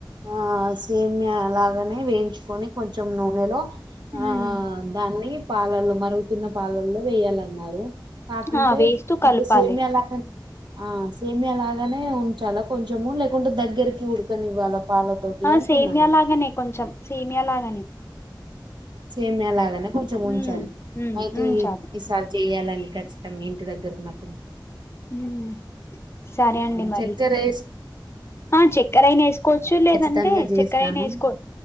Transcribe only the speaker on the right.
ఆ సేమ్య లాగనే వేయించుకొని కొంచెం నూనెలో
ఆ దాన్ని పాలలో మరుగుతున్న పాలల్లో వేయాలన్నారు కాకుంటే
ఇప్పుడు
సేమ్యా లాగనె ఆ సేమ్యా లాగానే ఉంచాల కొంచెము లేకుంటే దగ్గరికి ఉడకనివ్వాల పాలతోటి
అంటున్నా
నేను
సేమ్యా లాగానే కొంచెం
ఉంచాలి
అయితే
ఈ
ఈసారి చెయాలని ఖచ్ ఇంటి దగ్గర ఉన్నప్పుడు
చెక్క రైస్
ఖచ్చితంగా చేస్తాను